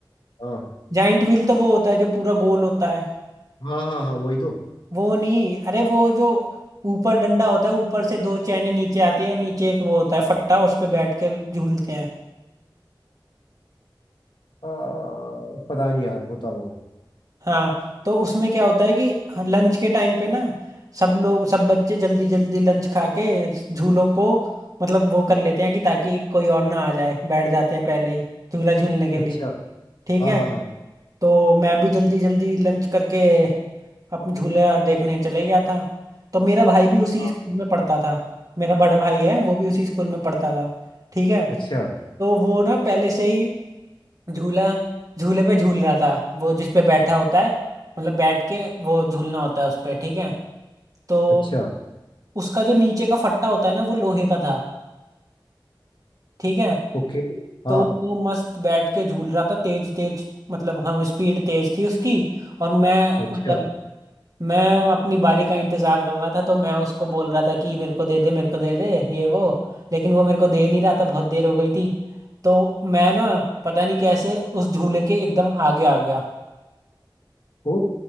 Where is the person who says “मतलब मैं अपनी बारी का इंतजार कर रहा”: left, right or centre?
Right